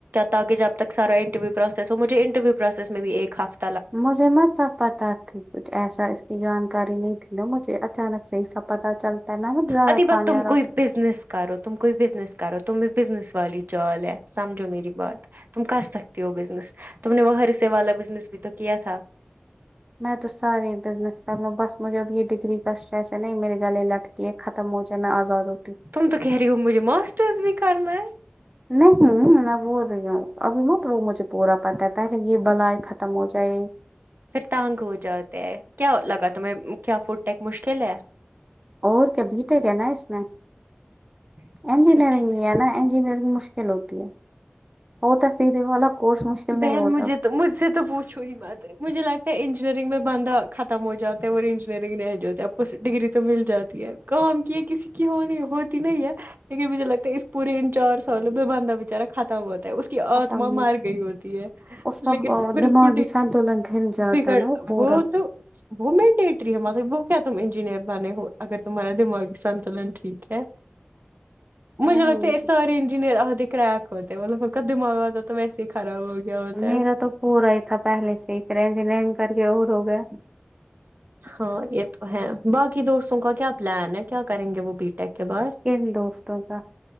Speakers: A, on the right; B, on the right.
A: تاکہ جب تک سارا انٹرویو پروسیس ہو مجھے انٹرویو پروسیس میں بھی ایک ہفتےہ
B: مجھے متب پتا تھی کچھ ایسا اس کی جانکاری نہیں تھی نا مجھے اچانک سے ایسب پتتا چلتا ہے نا مت زیادہ
A: ادھی
B: کھانے
A: بت تم
B: اور
A: کوئی بزنس کرو تم کوئی بزنس کرو تم بھی بزنس والی چال ہے سمجھو میری بات تم کر سکتی ہو بزنس تم نے وہرسے والا بزنس بھی تو کیا تھا
B: میں تو سارے بزنس کر لوں بس مجھے اب یہ ڈگری کاٹ ایسے نہیں میرے گلے لٹک یہ ختم ہو جائے میں آزاد ہوتی
A: تم تو کہہ رہی ہو مجھے ماسٹرس بھی کرنا ہے
B: نہیں میں بول رہی ہوں ابھی ن تو وہ مجھے پورا پتا ہے پہلے یہ بلائی ختم ہو جائے
A: پھر تانگ ہو جاتے ہیں کیا لگا تمہیں کیا فوڈ ٹیک مشکل ہے
B: اور کیا بیٹ ہے کیا نا اس میں
A: اچھا
B: انجینئرنگ
A: ٹھیک
B: ہی ہے نا انجینئرنگ مشکل ہوتی ہے ہوتا سیدھے والا کورس مشکل نہیں
A: بہن
B: ہوتا
A: مجھے تو مجھ سے تو پوچھو ہی مت مجھے لگتا ہے انجینئرنگ میں بندھہ ختم ہو جا اور انجینئرنگ نہیں جے آپ کو ڈگری تو مل جاتی ہے کام کی ہے کسی کی ہونی ہوتی نہیں ہے لیکن مجھے لگتا ہے اس پورے ان چار سالو پہ بندھا بچارا ختم ہوتا ہے اس کی
B: ختم
A: آتما مار گئی ہوتی ہے
B: اس کا
A: لیکن پھر
B: دماغی
A: اس کو
B: سنتولن ہل جاتا
A: بگڑ
B: ہے نا پورا
A: وہ تو وہ میں ڈٹ رہی ہار وہ کیا تم انجینئر بنے ہو اگر تمہارا دمای سنتلن ٹھیک ہے
B: وہی
A: مجھے لگتے سارے انجینئر آتے کریک ہوتے ہیں مطلب کا دماغ آتا تو ویسے خراب ہو گیا ہوتا
B: میرا
A: ہے
B: تو پورا ہی تھا پہلے سے ہیج لینگ کر کے اور ہو گیا
A: ہاں یہ تو ہے باقی دوستوں کا کیا پلان ہے کیا کریں گے وہ بی ٹیک کے بعد
B: کین دوستوں کا